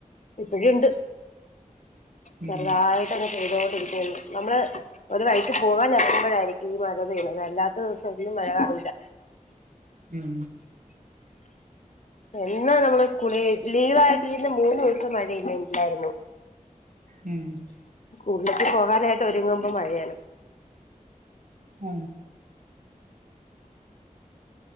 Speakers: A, on the left (about 60°); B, on the right (about 65°).
A: ഇപ്പഴുണ്ട്. ചെറുതായിട്ടങ്ങ്
B: ഉം
A: പെയ് തോൊണ്ടിരിക്കുന്നു നമ്മള് ഒരു വഴിക്ക് പോകനെ റങ്ങുമ്പോഴായി രിക്കും ഈ മഴ പെയ്ണത്, അല്ലാത്ത ദിവസം ഒന്നും മഴ കാണൂല്ല.
B: ഉം
A: എന്നാ നമ്മള് സ്കൂളില് ലീവ് ആായിട്ടിരുന്ന മൂന്ന് ദിവസം മഴെയ്യുന്നില്ലായിരുന്നു.
B: ഉം.
A: ഉള്ളിക്ക് പോകാനായിട്ട് ഒരുങ്ങുമ്പോ മഴയാണ്.
B: ഉ